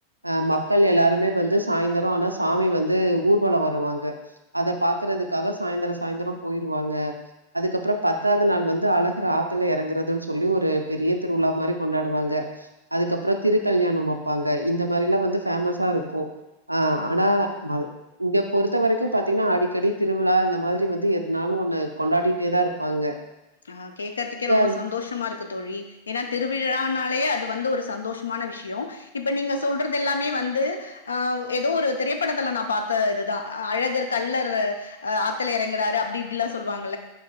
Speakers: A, on the right; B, on the left.
A: அஹ் மக்கள் எல்லாருமே வந்து சாயந்தரம் ஆனா சாமி வந்து ஊர்வலம் வருவாங்க அத பாரக்குறதுக்காக சாயந்தரம் சாய்ந்தரம் போயிருவாங்க அதுக்கப்புறம் ப பத்தாவது நாள் வந்து அழகர் ஆத்துல இறங்குறதுன்னு சொல்லி ஒரு பெரிய திருவிழா மாரி கொண்டாடுவாங்க அதுக்கப்புறம் திருக்கல்யாணம் வைப்பாங்க இந்த மாரி எல்லாம் வந்து ஃபேஸ்சா இருக்கும் ஆஹ்
B: ஆ
A: ஆனா மது இங்க பொறுத்த வரைக்கும் பாத்தீங்கன்னா அடிக்கடி திருவிழா இந்த மாரி வந்து எதனாலும் ஒண்ணு கொண்டாடிட்டே தான் இருப்பாங்க
B: ஆஹ் கேக்குறதுக்கே
A: அங்க
B: ரொம்ப சந்தோஷமா இருக்கு தோழி ஏன்னா திருவிழானாலேயே வந்து ஒரு சந்தோஷமான விஷயம் இப்ப நீங்க சொல்றது எல்லாமே வந்து ஏதோ ஒரு திரைப்படத்தில் நான் பார்த்த இதுதான் அழகர் கல்லர் ஆத்தல இறங்குறாரு செல்லுவாங்க